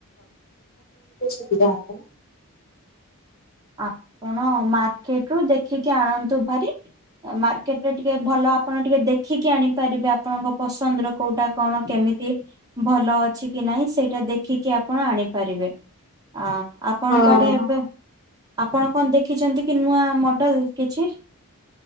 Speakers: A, on the left (about 45°); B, on the right (about 15°).
A: ସୁବିଧା ହବ ନା।
B: ଆପଣ ମାର୍କେଟ ରୁ ଦେଖିକି ଆଣନ୍ତୁ ଭାରି। ମାର୍କେଟ ରେ ଟିକେ ଭଲ ଆପଣ ଟିକେ ଦେ ଦେଖିକି ଆଣିପାରିବେ ଆପଣଙ୍କ ପସନ୍ଦର କୋଉଟା କଣ କେମିତି। ଭଲ ଅଛି କି ନାହିଁ ସେଇଟା ଦେଖିକି ଆପଣ ଆଣିପାରିବେ। ଆ ଆପ୍।
A: ନା
B: ଆପଣଙ୍କ
A: ହଁ।
B: ଆଡେ ଏବେ ଆପଣ କଣ ଦେଖିଚନ୍ତି କି ନୂଆ ମଡେଲ କିଛି।